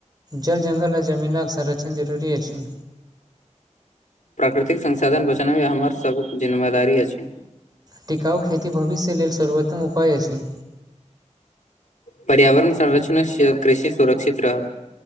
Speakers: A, on the right; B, on the left.
A: जल जंगल आ जमीनाक संरक्षण जरूरी अछि
B: प्राकृतिक संसाधन बचनामे हमर सब जिम्मेदारी अछि
A: टिकाउ खेती भविष्य लेल सर्वोत्तम उपाय अछि
B: पर्यावरण संर्षण <unintelligible> कृषि सुरक्षित रह